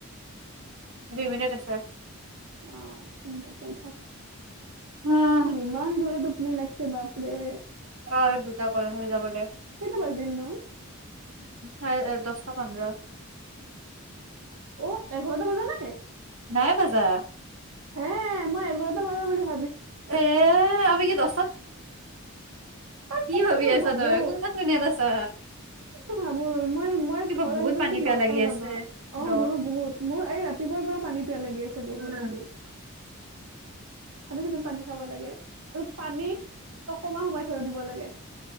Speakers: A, on the right; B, on the right.
A: দুই মিনিট আছে।
B: অ', চিন্তা কৰি থাক
A: আহ
B: মোৰ ইমান জোৰে টুপ নে লাগিছে বাপৰে।
A: অ', দুটা কল হৈ যাবদে।
B: কেনেয়া বজিল ন
A: চাৰে দশটা পন্দৰ
B: অ এঘাৰটা বজা নাই
A: নাই বাজা
B: হ মই এঘৰতে বজা বুলিছো
A: এ কি দ
B: তাকেইো
A: ভাবি
B: মই
A: আছা
B: ভাবো
A: তই কোনখন দুুনীয়াত আছা
B: তাকেই মই ভাবো মই মই
A: কিবা
B: ঘৰ
A: বহুত
B: আহি পাইছো
A: পানী পিয়াহ
B: নটা
A: লাগি
B: মানত
A: আছে
B: অ
A: ৰ
B: মোৰো বহুত মোৰ এই ৰাতিপুৱাৰ পৰা পানী পিয়া লাগি আছে বহুত
A: উম
B: আজি ভাত দু যে পানী খাব লাগে আৰু পানীত টকমা সোমাই থৈ দিব লাগে